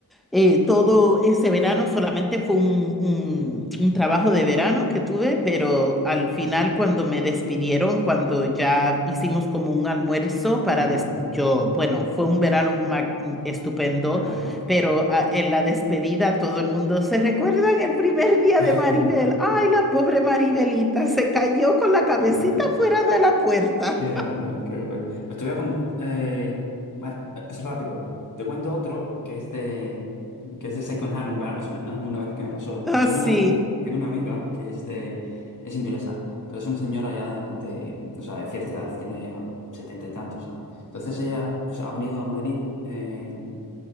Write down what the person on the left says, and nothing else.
Ujú.
Fenomenal, ¿no?
<laughs>
Claro,
pobrecillo.
Qué bueno, qué bueno. Os te voy a contar. bueno, es rápido. Te cuento otro que es de, que es de second hand embarrassment, ¿no? Una vez que me pasó.
Tengo una, tengo una amiga que es de, es inglesa, pero es una señora ya de, o sea, de cierta edad, tiene setenta y tantos, ¿no? Entonces ella, o sea, ha venido a Madrid, eh,